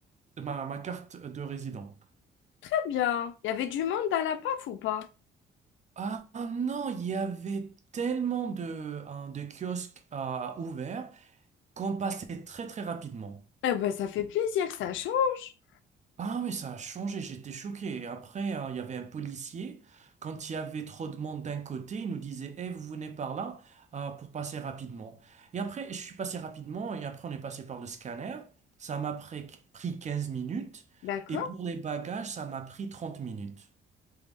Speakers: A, on the right (about 35°); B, on the left (about 75°).
A: ma ma carte de résident.
B: très bien, il y avait du monde à la PAF ou pas?
A: Ah non, il y avait tellement de, hein, de kiosques à ouverts qu'on passait très très rapidement.
B: Ah bah, ça fait plaisir, ça change.
A: Ah mais ça a changé, j'étais choqué. Et après, hein, il y avait un policier, quand il y avait trop de monde d'un côté, il nous disait, Eh, vous venez par là euh, pour passer rapidement. Et après, je suis passé rapidement et après on est passé par le scanner. Ça m'a pris pris 15 minutes
B: D'accord?
A: et pour les bagages, ça m'a pris 30 minutes.